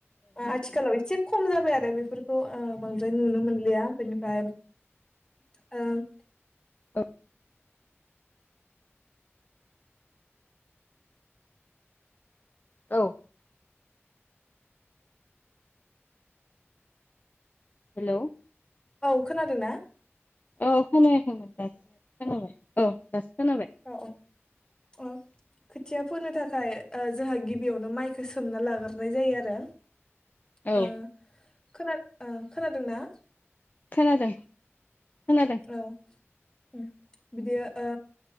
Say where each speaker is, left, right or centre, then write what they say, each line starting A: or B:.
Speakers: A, on the left (about 15°); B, on the left (about 40°).
A: आथिखालाव एसे खम जाबाय आरो बेफोरखौ बांद्राय नुनो मोनलिया बेनि ओमफ्राय ओ
B: औ। औ। हेल'।
A: औ खोनादों ना?
B: औ। खोनायखैमोन दासो खोनाबाय। औ दासो खोनाबाय
A: औ औ। अ खोथिया फोनो थाखाय ओ जोंहा गिबियावनो माइखौ सोमना लाग्रोनाय जायो आरो।
B: औ
A: <inaudible> खोनाद ओ खोनादोंना?
B: खोनादों। खोनादों
A: औ। उम बिदि ओ